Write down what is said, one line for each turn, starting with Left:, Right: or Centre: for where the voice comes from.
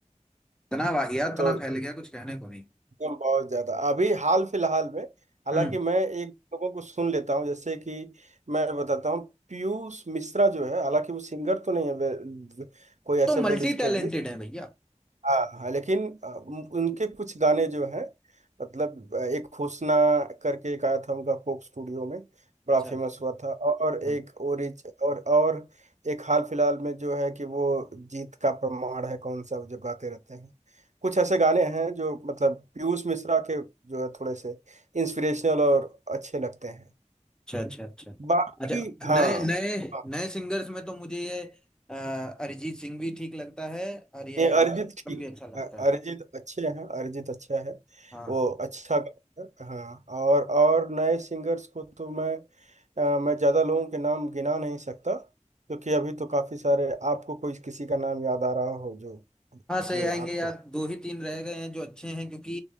Centre: इतना वाहियात
Right: तो
Centre: तना फैल गया कुछ कहने को नहीं
Right: एकदम बहुत ज्यादा अभी हाल फिलहाल में हालांकि
Centre: हम्म
Right: मैं एक लोगों को सुन लेता हूँ जैसे कि मैं बताता हूँ पीयूष मिश्रा जो है हालांकि वो सिंगर तो नहीं है वे, वे, कोई ऐसे
Centre: तो मल्टी
Right: वेल स्टेब्लिश
Centre: टैलेंटेड है भैया
Right: हाँ हाँ लेकिन अ, उन- उनके कुछ गाने जो हैं मतलब अ, एक हुस्ना करके एक आया था उनका कोक स्टूडियो में बड़ा
Centre: अच्छा
Right: फेमस हुआ था और एक
Centre: हम्म,
Right: ओरिज और और एक हाल फिलहाल में जो है कि वो जीत का प्रमाण है कौन सा जो गाते रहते हैं कुछ ऐसे गाने हैं जो मतलब पीयूष मिश्रा के जो है थोड़े से इंस्पिरेशनल और अच्छे लगते हैं
Centre: अच्छा अच्छा अच्छा
Right: बाकी
Centre: अच्छा
Right: हाँ
Centre: नए नए
Right: हाँ।
Centre: नए सिंगर्स में तो मुझे ये अ, अरिजीत सिंह भी ठीक लगता है और ये
Right: ये अरिजीत
Centre: आतिफ
Right: ठीक
Centre: असलम भी अच्छा लगता
Right: अ-
Centre: है
Right: अरिजीत अच्छे हैं अरिजीत अच्छा है
Centre: हाँ
Right: वो अच्छा गाता है हाँ और और नए सिंगर्स को तो मैं अ, मैं ज़्यादा लोगों के नाम गिना नहीं सकता क्योंकि अभी तो काफ़ी सारे आपको कोई किसी का नाम याद आ रहा हो जो
Centre: हाँ सही
Right: जो
Centre: आएंगे
Right: आपको
Centre: यार दो ही तीन रह गए हैं जो अच्छे हैं क्योंकि